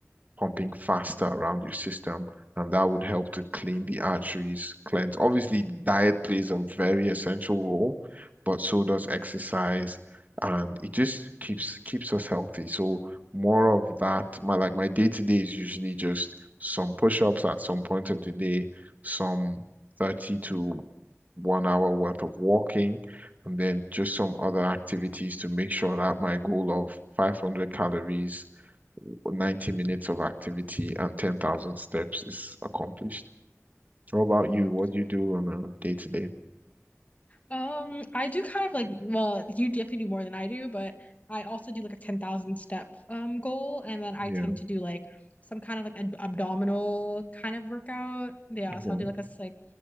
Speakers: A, on the right; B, on the left.
A: pumping faster around your system, and that would help to clean the arteries, cleanse. Obviously, diet plays a very essential role, but so does exercise, and it just keeps keeps us healthy. So more of that, my like my day to day is usually just some push-ups at some point of the day, some 30 to one hour worth of walking, and then just some other activities to make sure that my goal of 500 calories 90 minutes of activity and 10,000 steps is accomplished. How about
B: Hmm.
A: you? What do you do on a day to day?
B: Um, I do kind of like, well, you definitely do more than I do, but I also do like a 10,000 step um goal and then I
A: Yeah.
B: tend to do like some kind of like ab abdominal kind of workout. Yeah,
A: Okay.
B: so I'll do like a s- like